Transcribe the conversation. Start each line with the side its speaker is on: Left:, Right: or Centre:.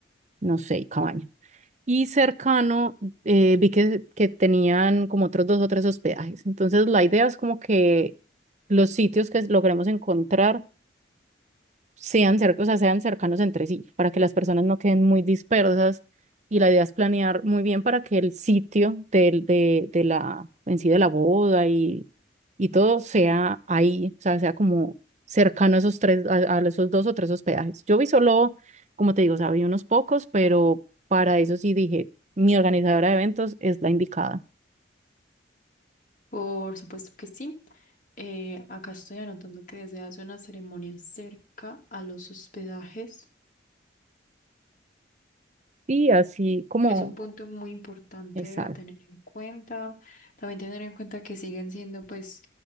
Right: no sé, y cabaña. Y cercano, eh, vi que, que tenían como otros dos o tres hospedajes. Entonces, la idea es como que los sitios que logremos encontrar sean, cer- o sea, sean cercanos entre sí, para que las personas no queden muy dispersas. Y la idea es planear muy bien para que el sitio del, de, de la, en sí de la boda y, y todo sea ahí, o sea, sea como cercano a esos tres, a, a esos dos o tres hospedajes. Yo vi solo, como te digo, o sea, vi unos pocos, pero para eso sí dije, mi organizadora de eventos es la indicada.
Left: Por supuesto que sí. Eh, acá estoy anotando que deseas una ceremonia cerca a los hospedajes.
Right: Y así como,
Left: Es un punto muy importante
Right: exacto.
Left: a tener en cuenta. También tener en cuenta que siguen siendo, pues,